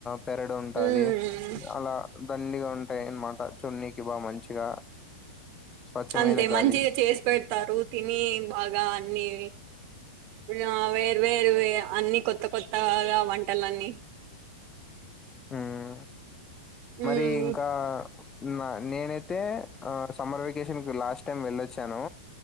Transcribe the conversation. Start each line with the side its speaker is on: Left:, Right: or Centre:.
Left: పెరడు ఉంటాది
Right: ఉమ్
Left: అలా దండిగా ఉంటాయి అన్నమాట చున్నీకి బా మంచిగా. స్వచ్ఛమైన
Right: అంటే
Left: గాలి
Right: మంచిగా చేసి పెడతారు తినీ బాగా అన్నీ. ఇగా వేర్ వేరు ఏ అన్ని కొత్త కొత్తగా ఇగ వంటలన్నీ.
Left: ఉమ్
Right: ఉమ్,
Left: మరి ఇంకా నా నేనైతే అ సమ్మర్ వెకేషన్. లాస్ట్ టైమ్ వెళ్ళొచ్చాను.